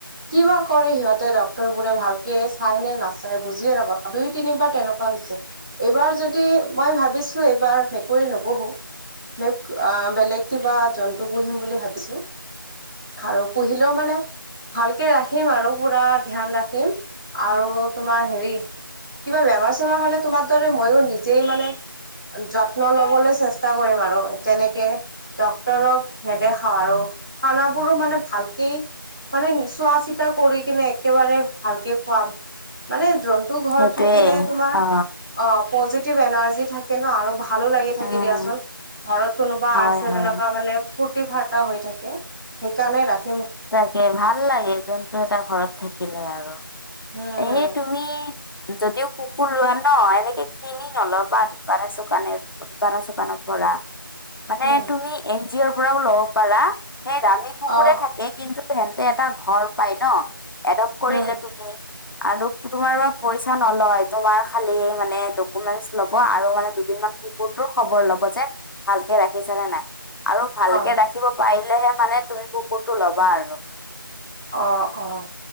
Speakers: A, on the right; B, on the left.
A: কিবা কৰে সিহঁতে ডক্তৰ বোৰে ভালকে চাই নে নাচাই বুজিয়ে নাপাও। দুই, তিনিবাৰ তেনেকুৱা হৈছে। এইবাৰ যদি মই ভাবিছো এইবাৰ কৰি নপঢ়ো মোক আহ বেলেগ কিবা জন্তু পুহিম বুলি ভাবিছো। আৰু পুহিলেও মানে ভালকে ৰাখিম আৰু পুৰা ধ্যান ৰাখিম আৰু তোমাৰ হেৰি কিবা বেমাৰ-চেমাৰ হলে তোমাৰ দৰে মইও নিজেই মানে যত ন ল'বলৈ চেষ্টা কৰিম আৰু তেনেকে। ডক্তৰক নেদেখাও আৰু খানাবোৰো মানে ভালকেই মানে চোৱা-চিতা কৰি কেনে একেবাৰে ভালকে খুৱাম। মানে জন্তু
B: সেইটোৱে
A: ঘৰত থাকিলে তোমাৰ,
B: অ
A: অ' পজিটিভ এনাৰ্জী থাকে ন। আৰু ভাল ভালো লাগি থাকে
B: উম
A: দিয়াচোন ঘৰত কোনোবা
B: হয়
A: আছে
B: হয়
A: তেনেকুৱা মানে ফ ফাৰ্তা হৈ থাকে সেইকাৰণে ৰাখ
B: তাকে ভাল লাগে। জন্তু এটা ঘৰত থাকিলে আৰু।
A: হম হম
B: এ তুমি যদিও কুকুৰ লোৱা ন এনেকে কিনি নলবা দোকানে- চোকানে দোকানৰ- চোকানৰ পৰা মানে
A: হম
B: তুমি এন জি অৰ পৰাও ল'ব পাৰা। সেই দামী কুকুৰে
A: অ
B: থাকে কিন্তু সেনতে এটা ঘৰ পাই ন এডাপ্ট কৰিলে
A: উম
B: তুমি আৰু তোমাৰ পৰা পইচা নলয়। তোমাৰ খালি মানে ডকুমেন্টচ লব আৰু মানে তোমাৰ কুকুৰটোৰ খবৰ ল'ব যে ভালকে ৰাখিছে নে নাই। আৰু ভালকে
A: অ
B: ৰাখিব পাৰিলেহে মানে তুমি কুকুৰটো ল'বা আৰু
A: অ'হ- অহ।